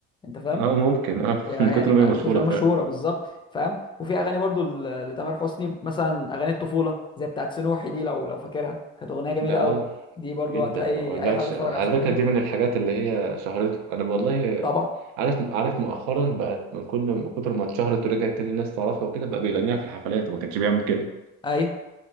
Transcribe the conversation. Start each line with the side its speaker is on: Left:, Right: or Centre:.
Left: أنت فاهم
Right: اه ممكن اه
Left: يعني
Right: <laughs> من كتر
Left: ما-
Right: ما هي مشهوره
Left: من كتر ما
Right: فعلا
Left: هي مشهوره بالظبط فاهم وفي اغاني برضو ل- لتامر حسني مثلا اغاني الطفوله زي بتاعت سنوحي دي لو لو فاكرها كانت اغنيه جميله
Right: ده
Left: قوي
Right: اه
Left: دي برضو
Right: جدا
Left: هتلاقي
Right: ما اقولكش
Left: اي حد اتفرج
Right: على
Left: على سنوحي
Right: فكره دي من الحاجات اللي هي شهرته انا والله
Left: طبعا
Right: عارف عارف مؤخرا بقت من كل من كتر ما اتشهرت ورجعت تاني الناس تعرفها وكده بقى بيغنيها في الحفلات وما كانش بيعمل كده
Left: ايوه